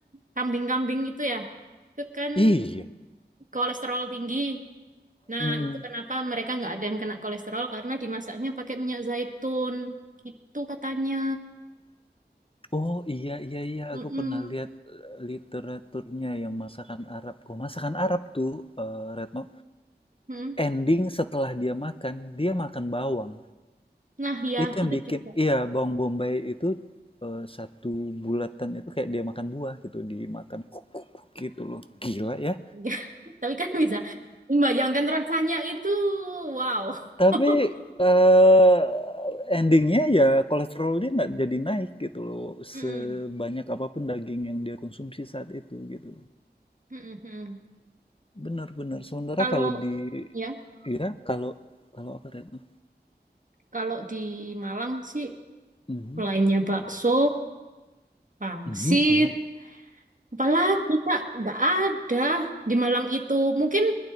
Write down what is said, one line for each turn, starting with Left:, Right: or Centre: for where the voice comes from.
Right: kambing-kambing gitu ya. Itu kan
Left: iya,
Right: kolesterol tinggi. Nah,
Left: mhm.
Right: itu kenapa mereka nggak ada yang kena kolesterol karena dimasaknya pakai minyak zaitun gitu katanya.
Left: Oh iya iya iya
Right: Mm-mm,
Left: aku pernah lihat eh, literaturnya yang masakan Arab. Kok masakan Arab tuh eh, Retno
Right: mm.
Left: ending setelah dia makan dia makan bawang.
Right: Nah, ya
Left: Itu yang
Right: itu
Left: bikin
Right: juga.
Left: iya bawang bombay itu eh, satu bulatan itu kayak dia makan buah gitu dimakan kuk, kuk, kuk gitu loh. Gila ya.
Right: <laughs> Tapi kan bisa membayangkan rasanya itu. Wow.
Left: Tapi
Right: <laughs>
Left: eh endingnya ya kolesterol dia nggak jadi naik gitu loh
Right: Mm-mm.
Left: sebanyak apapun daging yang dia konsumsi saat itu gitu.
Right: Mm, mm, mm.
Left: Benar-benar. Sementara
Right: Kalau
Left: kalau di
Right: ya,
Left: ya kalau kalau apa Retno?
Right: kalau di Malang sih
Left: Mhm,
Right: selainnya bakso, pangsit,
Left: mhm, ya.
Right: apalagi Kak, nggak ada di Malang itu. Mungkin